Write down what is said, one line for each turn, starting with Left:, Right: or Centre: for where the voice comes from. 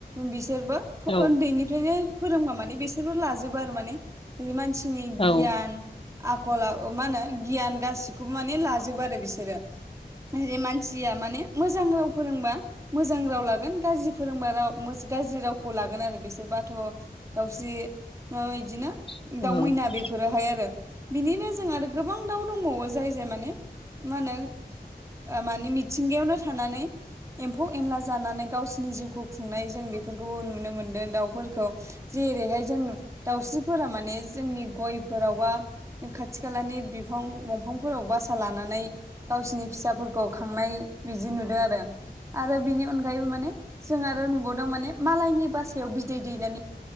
Right: बिसोरबो
Left: औ
Right: उन्दैनिफ्रायनो फोरोंबा माने बिसोरबो लाजोबो आरो माने। बि मानसिनि
Left: औ
Right: गियान। आखल आ- मा होनो गियान गासिखौबो माने लाजोबो आरो बिसोरो। जे मानसिया माने मोजां राव फोरोंबा। मोजां राव लागोन गाज्रि फोरोंबा राव गाज्रि रावखौ लागोन आरो बिसोरबाथ' दाउस्रि मा बिदिनो
Left: औ
Right: दाउ मैना बेफोरोहाय आरो। बिनिनो जों आरो गोबां दाउ दंबावो जाय जाय माने मा होनो माने मिथिंगायावनो थानानै एम्फौ एनला जानानै गावसिनि जिउखौ खुंनाय जों बेफोरखौबो नुनो मोनदों दाउफोरखौ। जेरैहाय जों दाउस्रि फोर माने जोंनि गयफोरावबा खाथि खालानि बिफां दंफांफोराव बासा लानानै गावसिनि फिसाफोरखौ खांनाय बिदि नुदों आरो। आरो बिनि अनगायैबो माने जों आरो नुबावदों माने मालायनि बासायाव बिदै दैनानै